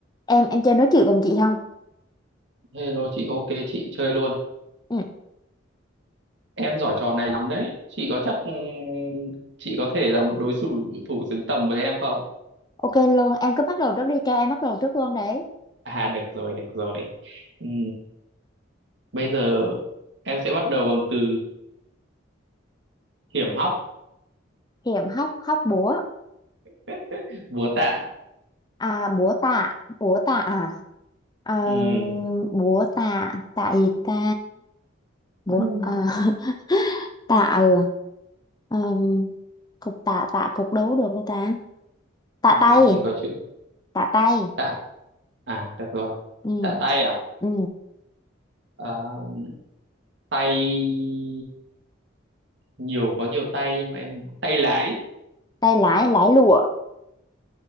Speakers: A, on the left; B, on the right.
A: em em chơi nói chuyện cùng chị không
B: Hello chị, ok chị chơi luôn.
A: ừ.
B: Em giỏi trò này lắm đấy. Chị có chắc ừm, chị có thể là một đối thủ thủ xứng tầm với em không?
A: ok luôn em cứ bắt đầu trước đi cho em bắt đầu trước luôn đấy
B: À được rồi, được rồi. Ừm, bây giờ em sẽ bắt đầu bằng từ hiểm hóc,
A: hiểm hóc hóc búa
B: <laughs> búa tạ.
A: à búa tạ búa tạ à Ờ,
B: Ừm,
A: búa tạ tạ gì ta búa
B: ừm,
A: à, <laughs> tạ ừ. Ờm, cục tạ tạ cục đấu được đâu ta tạ
B: làm
A: tay
B: gì có chuyện
A: tạ tay
B: tạ à được rồi,
A: ừ
B: tạ tay à?
A: ừ
B: Ờ, tay nhiều có nhiều tay nhưng mà em tay lái,
A: tay lái lái lụa